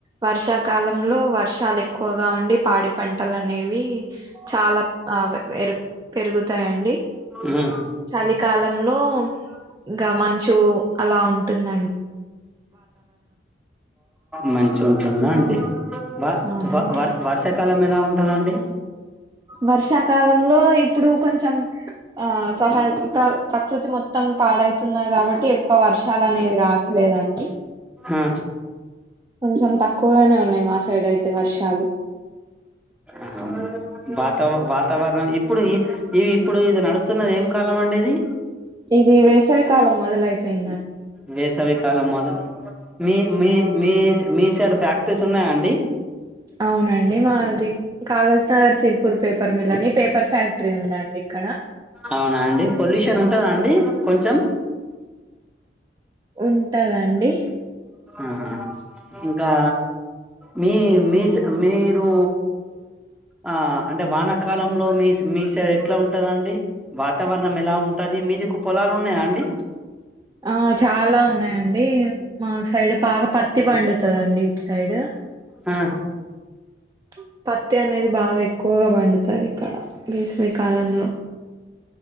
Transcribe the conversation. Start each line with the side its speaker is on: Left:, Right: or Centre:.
Right: వర్షాకాలంలో వర్షాలు ఎక్కువగా ఉండి పాడి పంటలు అనేవి చాలా ఆ ఎరుగు పెరుగుతాయండి
Centre: ఉమ్
Right: చలికాలంలో లో ఇంకా మంచు అలా ఉంటుంద
Centre: మంచి మంచిగుందా అండి వ
Right: అవునండి
Centre: వ వర వార్షాకాలం ఏలా ఉ ఉంటదండి
Right: వర్షాకాలంలో ఇప్పుడు కొంచెం ఆ సహా త ప్రకృతి మొత్త మొత్తం పాడైతున్నా కాబట్టి ఏ క్వ వర్షాలు అనేవి రావట్లేదండి
Centre: ఆ
Right: కొంచెం తక్కువగానే ఉన్నాయి మా సైడ్ అయి ఎ వర్షలు
Centre: ఆహా వాతావ వాతావరణం ఇప్పుడు ఈ ఇ ఇప్పుడు ఇది నడుస్తున్నది ఏం కాలం అండి ఇది
Right: ఇది వేసవికాలం మొదలైపోయి
Centre: వేసవిికాలం మొద మీ మీ మీ మీ సైడ్ ఫ్యాక్టరీస్ ఉన్నాయా అండి
Right: అవునండి మాది Kagaznagar Sirpur paper mill అని పేపర్ ఫ్యాక్టరీ ఉందండి ఇక్కడ
Centre: అవునా అండి పొల్యూషన్ ఉంటదా అండి కొంచెం
Right: ఉంటదండి
Centre: ఆహా ఇంకా మీ మీస్ మీరు ఆ అంటే వానాకాలంలో మీ మీ సైడ్ ఎట్లా ఉంటది అండి వాతావరణం ఎలా ఉంటది మీదికు పొలాలు ఉన్నాయా అండి
Right: ఆ చాలా ఉన్నాయండి మా సైడ్ బాగా పత్తి పండుతదండి ఇటు సైడ్
Centre: ఆ
Right: <inaudible> పత్తి అనేది బాగా ఎక్కువగా పండుతది ఇక్కడ వేసవి కాలంలో